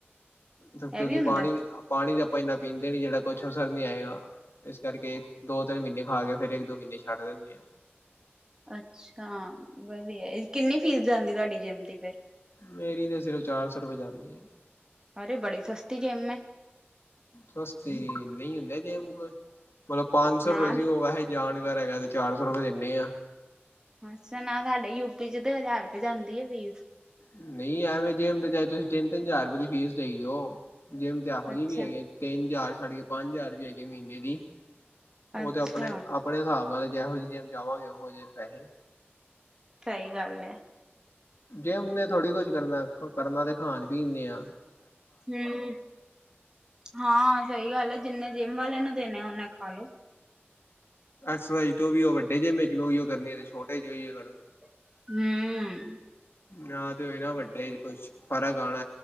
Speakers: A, on the left; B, on the right.
A: ਕਿਉਂਕਿ
B: ਇਹ ਵੀ
A: ਪਾਨੀ,
B: ਹੁੰਦਾ
A: ਪਾਨੀ ਤਾਂ ਆਪਾਂ ਇੰਨਾ ਪੀਂਦੇ ਨੀ ਜੇੜਾ ਕੋਛ ਅਸਰ ਨੀ ਆਏਗਾ। ਇਸ ਕਰਕੇ ਦੋ-ਤਿੰਨ ਮੀਨੇ ਖਾ ਕੇ ਫਿਰ ਇੱਕ-ਦੋ ਮੀਨੇ ਛੱਡ ਦਿਣੇ ਆ।
B: ਅੱਛਾ ਵਧੀਆ, ਕਿੰਨੀ ਫੀਸ ਜਾਂਦੀ ਤੁਆਡੀ ਜਿੰਮ ਦੀ ਫੇਰ
A: ਮੇਰੀ ਤਾਂ ਸਿਰਫ਼ ਚਾਰ ਸੌ ਰਪੇ ਜਾਂਦੀ ਏ।
B: ਅਰੇ, ਬੜੀ ਸਸਤੀ ਜੇਮ ਐ।
A: ਸਸਤੀ ਅ ਏਨੇ ਏ ਹੁੰਦੇ ਜੇਮ ਕੋ ਮਤਲਬ ਪੰਜ ਸੌ
B: ਨਾ
A: ਰੁਪਏ ਸੀ ਓ ਵੈਸੇ ਜਾਣਕਾਰ ਹੈਗਾ ਤੇ ਚਾਰ ਸੌ ਰਪੇ ਦਿੰਨੇ ਆ।
B: ਅੱਛਾ, ਨਾ ਸਾਡੇ ਯੂਪੀ ਚ ਤੇ ਹਜ਼ਾਰ ਰਪੇ ਜਾਂਦੀ ਏ ਫੀਸ।
A: ਨਈ, ਐਵੇਂ ਜਿੰਮ ਤੇ ਚਾਏ ਤੁਸੀਂ ਤਿੰਨ-ਤਿੰਨ ਹਜ਼ਾਰ ਰਪੇ ਦੀ ਫੀਸ ਦੇਈ ਜਾਓ। ਜਿਮ ਤੇ ਐਹੋ
B: ਅੱਛਾ
A: ਜੀ ਵੀ ਹੈਗੀ‌ ਏ‌। ਤਿੰਨ ਜ਼ਾਰ ਛੱਡ ਕੇ ਪੰਜ ਜ਼ਾਰ ਵੀ ਹੈਗੀ ਏ ਮੀਨੇ ਦੀ ਓ
B: ਅੱਛਾ
A: ਤੇ ਅਪਣੇ ਆਪ ਅਪਣੇ ਸਾਬ ਨਾਲ ਜੈਹੋ ਜੀ ਜਿਮ ਜਾਵਾਂਗੇ, ਓਹੋ ਜੇ ਪੈਹੇ।
B: ਸਈ ਗੱਲ ਏ।
A: ਜਿਮ ਨੇ ਥੋੜ੍ਹੀ ਕੁਛ ਕਰਨਾ, ਕਰਨਾ ਤੇ ਖਾਣ-ਪੀਣ ਨੇ ਐ।
B: ਹੂੰ। ਹਾਂ ਸਈ ਗੱਲ ਏ, ਜਿੰਨੇ ਜਿਮ ਵਾਲੇ ਨੂੰ ਦੇਣੇ ਓਨੇ ਖਾਲੋ।
A: ਐਕਸਸਾਈਜ਼ ਤੋਂ ਵੀ ਓ ਵੱਡੇ ਜਿੰਮ ਚ ਵੀ ਓਇਓ ਕਰਨੀ ਤੇ ਛੋਟੇ ਚ ਵੀ ਓਇਓ ਕਰਨੀ।
B: ਹੂੰ।
A: ਯਾਂ ਤੇ ਹੋਏਗਾ ਵੱਡੇ ਚ ਕੁਛ ਫ਼ਰਕ ਆਣਾ